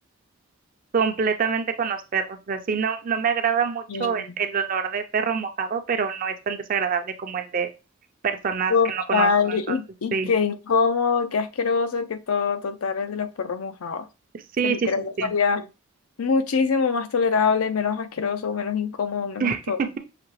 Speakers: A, on the right; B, on the left.
A: Completamente con los perros. Así no, no me agrada mucho
B: Mm.
A: el, el olor de perro mojado, pero no es tan desagradable como el de personas
B: Total,
A: que no conozco. Entonces,
B: y, y
A: sí,
B: qué incómodo, qué asqueroso que todo, total, el de los perros mojados.
A: sí,
B: Sería,
A: sí,
B: creo
A: sí,
B: que sería
A: sí.
B: muchísimo más tolerable, menos asqueroso, menos incómodo, menos
A: <laughs>
B: todo.